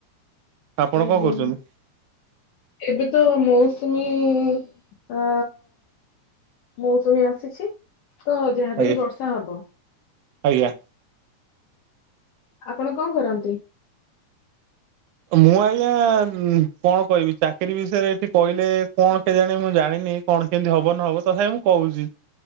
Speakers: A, on the right (about 80°); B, on the left (about 75°).
A: ଆପଣ
B: ଆଜ୍ଞା
A: କଣ କରୁଛନ୍ତି?
B: ଏବେ ତ ମୌସୁମୀ ହୁଁ ତ ମୌସୁମୀ ଆ ଆସୂଚୀ ଓ ହୋ ଯାହା ବି
A: ଆଜ୍ଞା
B: ହେଲେ ବର୍ଷା ହବ।
A: ଆଜ୍ଞା।
B: ଆପଣ କଣ କରନ୍ତି?
A: ମୁଁ ଆଜ୍ଞା କଣ କହିବି ଚାକିରି ବିଷୟରେ ଏଠି କହିଲେ କଣ କେଜାଣେ ମୁଁ ଜାଣିନି ନି କଣ କେମିତି ହବ ନହବ ତଥାପି ମୁଁ କହୁଚି